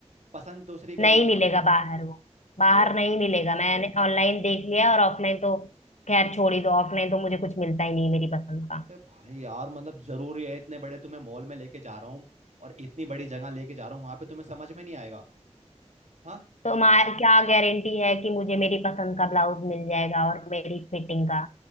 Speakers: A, on the right; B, on the left.
A: पसंद दूसरी
B: नहीं
A: कर लो
B: मिलेगा बाहर वो बाहर
A: क्यों न-
B: नहीं मिलेगा मैंने ऑनलाइन देख लिया और ऑफलाइन तो खैर छोड़ ही दो ऑफलाइन तो मुझे कुछ मिलता ही नहीं मेरी पसंद का
A: अबे भाई यार मतलब जरूरी है इतने बड़े तुम्हें मॉल में लेके जा रहा हूँ और इतनी बड़ी जगह लेके जा रहा हूँ वहां पे तुम्हें समझ में नहीं आएगा हाँ
B: तो हमारा क्या गारंटी है कि मुझे मेरी पसंद का ब्लाउज मिल जाएगा और मेरी फिटिंग का